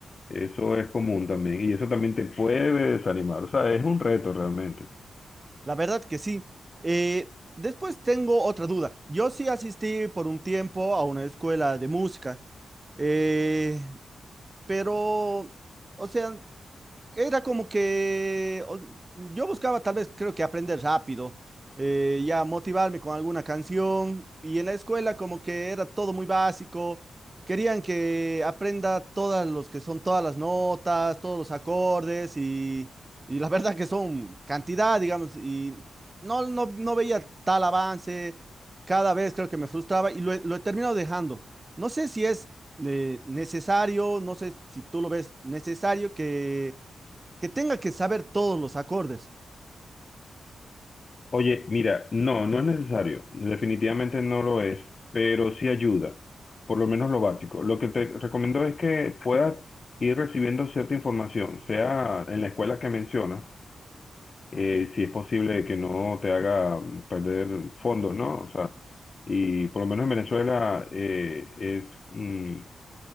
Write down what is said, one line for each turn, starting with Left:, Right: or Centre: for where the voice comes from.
Left: Eso es común también y eso también te puede desanimar. O sea, es un reto realmente.
Right: La verdad que sí. Eh, después tengo otra duda. Yo sí asistí por un tiempo a una escuela de música, eh, pero, o sea, era como que o- yo buscaba tal vez, creo que aprender rápido, eh, ya motivarme con alguna canción y en la escuela como que era todo muy básico, querían que aprenda todas los que son todas las notas, todos los acordes y, y la <laughs> verdad que son cantidad, digamos, y no, no, no veía tal avance, cada vez creo que me frustraba y lo, he- lo he terminado dejando. No sé si es eh, necesario, no sé si tú lo ves necesario que que tenga que saber todos los acordes.
Left: Oye, mira, no, no es necesario, definitivamente no lo es, pero sí ayuda, por lo menos lo básico. Lo que te recomiendo es que puedas ir recibiendo cierta información, sea en la escuela que mencionas, eh, si es posible que no te haga perder fondos, ¿no? O sea, y por lo menos en Venezuela eh, es, mm,